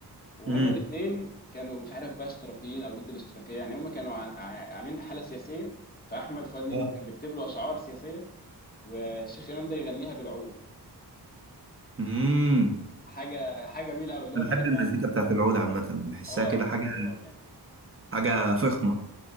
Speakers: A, on the left; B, on the right.
A: وهما
B: امم
A: الاثنين كانوا مش عارف بقى اشتراكيين او ضد الاشتراكيه يعني هما كانوا عن- عن- عاملين حاله سياسيه فاحمد فؤاد نجم
B: اه
A: كان بيكتب له اشعار سياسيه والشيخ امام ده يغنيها بالعود
B: امم
A: حاجه حاجه جميله قوي اللي هو
B: انا
A: غني
B: بحب
A: فعلا
B: المزيكا بتاعت العود عامه بحسها
A: هو آه،
B: كده حاجه
A: هو جامد
B: حاجه فخمه